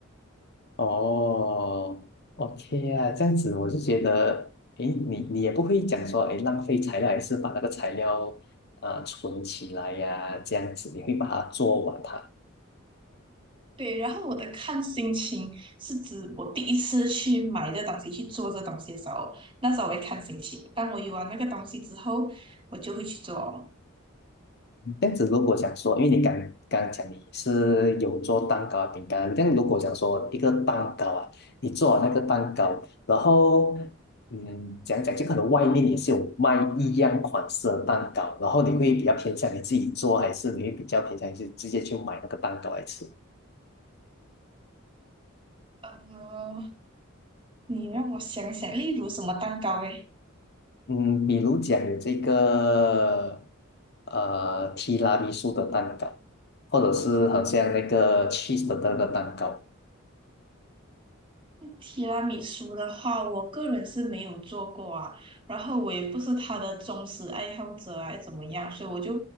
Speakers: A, on the left (about 55°); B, on the right (about 25°).
A: 哦，OK 啊，这样子我就觉得，诶，你你也不会讲说，诶，浪费材料，还是把那个材料呃存起来呀、这样子你会把它做完它。
B: 对，然后我的看心情是指我第一次去买这东西去做这东西的时候，那时候我会看心情，当我有了那个东西之后，我就会去做。
A: 这样子如果讲说，因为你刚刚刚讲你是有做蛋糕、饼干，这样如果讲说一个蛋糕啊，你做完那个蛋糕，然后嗯，讲讲就可能外面也是有卖一样款式的蛋糕，然后你会比较偏向你自己做，还是你会比较偏向你是直接去买那个蛋糕来吃？
B: 呃，你让我想想，例如什么蛋糕诶？
A: 嗯，比如讲有这个呃提拉米苏的蛋糕，或者是好像那个 cheese 的那个蛋糕。
B: 提拉米苏的话，我个人是没有做过啊，然后我也不是它的忠实爱好者啊，怎么样？所以我就